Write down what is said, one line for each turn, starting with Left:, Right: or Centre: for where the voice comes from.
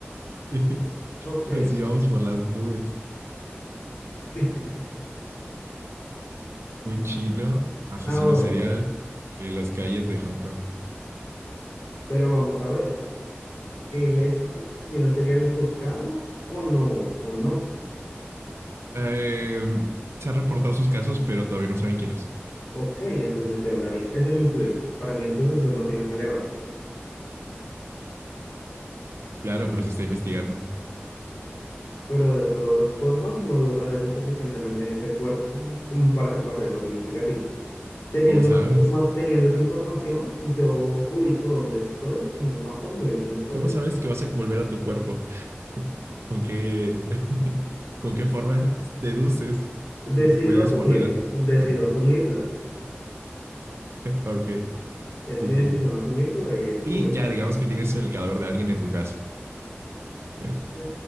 Right: <laughs>
Left: es que, ok.
Right: Nos íbamos por las nubes.
Left: <laughs>
Right: Un chino asesino
Left: Ahora,
Right: serial en las calles de Hong Kong.
Left: pero vamos a ver, ¿él es un asesino serial buscado o no? ¿O no?
Right: Eh, se han reportado sus casos, pero todavía no saben quién es.
Left: Ok, entonces yo andaría. Eso no influye. Para mí entonces eso no tiene relevancia.
Right: Claro, pero se está investigando.
Left: Pero de todas formas, no duraré lo suficientemente en ese cuerpo como para que pase algo significativo. Teniendo
Right: ¿Cómo sabes?
Left: esa, informa- teniendo esa información, yo ubico dónde estoy en el mapa, me ubico en espacio.
Right: ¿Cómo sabes que vas a volver a tu cuerpo? ¿Con qué, <laughs> con qué forma deduces
Left: Decido
Right: que puedes
Left: asumirlo,
Right: volver?
Left: decido
Right: a-
Left: asumirlo.
Right: Ok,
Left: Es
Right: ok.
Left: mi decisión asumir que voy a, lle-
Right: Y
Left: que voy a
Right: ya digamos que tienes el cadáver de alguien en tu casa. Ya.
Left: Eh,